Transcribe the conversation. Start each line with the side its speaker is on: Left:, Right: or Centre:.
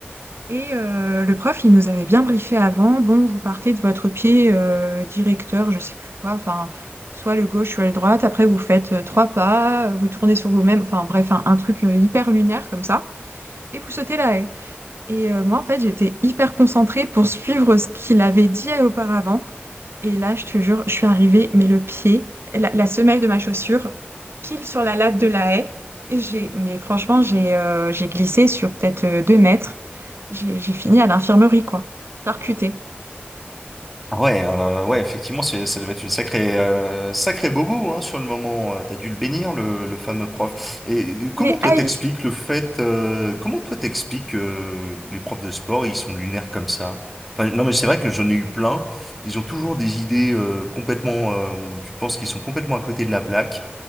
Right: Et euh, le prof, il nous avait bien briefé avant, bon, vous partez de votre pied euh, directeur, je sais plus quoi, enfin, soit le gauche, soit le droite, après vous faites euh, trois pas, euh, vous tournez sur vous-même, enfin bref, un, un truc euh, hyper lunaire comme ça, et vous sautez la haie. Et euh, moi, en fait, j'étais hyper concentrée pour suivre ce qu'il avait dit auparavant. Et là, je te jure, je suis arrivée, mais le pied, la, la semelle de ma chaussure, pile sur la latte de la haie. Et j'ai, mais franchement, j'ai euh, j'ai glissé sur peut-être euh, deux mètres. J'ai j'ai fini à l'infirmerie, quoi. Percutée.
Centre: Ah Ouais, euh, ouais, effectivement, c'est, ça devait être une sacrée, euh, sacrée bobo hein, sur le moment. Euh, T'as dû le bénir, le, le fameux prof. Et euh, comment
Right: Les
Centre: toi
Right: haïs.
Centre: t'expliques le fait, euh, comment toi t'expliques euh, les profs de sport, ils sont lunaires comme ça? Enfin, non, mais c'est vrai que j'en ai eu plein. Ils ont toujours des idées euh, complètement, euh, où tu penses qu'ils sont complètement à côté de la plaque,